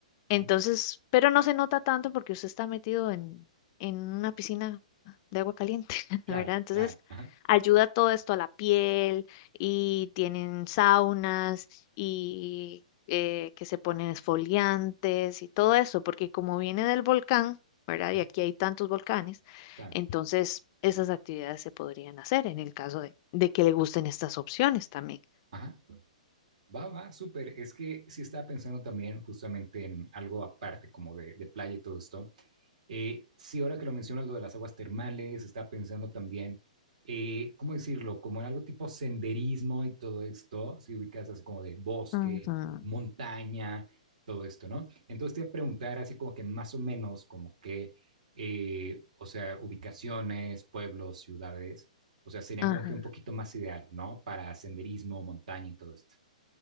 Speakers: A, on the left (about 40°); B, on the right (about 65°).
A: entonces,
B: ujú,
A: pero no se nota tanto porque usted está metido en, en una piscina de agua caliente, <laughs>
B: claro,
A: ¿verdad? Entonces,
B: claro, ajá,
A: ayuda todo esto a la piel y tienen saunas y eh, que se ponen esfoliantes y todo eso, porque como viene del volcán, ¿verdad?
B: ujú,
A: Y aquí hay tantos volcanes,
B: claro,
A: entonces esas actividades se podrían hacer en el caso de, de que le gusten estas opciones también.
B: ajá. Va, va, súper. Es que sí estaba pensando también justamente en algo aparte como de, de playa y todo esto. Eh, sí, ahora que lo mencionas, lo de las aguas termales, estaba pensando también, eh, ¿cómo decirlo? Como en algo tipo senderismo y todo esto, si ubicas así como de bosque,
A: Ujú,
B: montaña, todo esto, ¿no? Entonces te iba a preguntar así como que más o menos, como que, eh, o sea, ubicaciones, pueblos, ciudades, o sea, serían
A: Ajá.
B: como que un poquito más ideal, ¿no? Para senderismo, montaña y todo esto.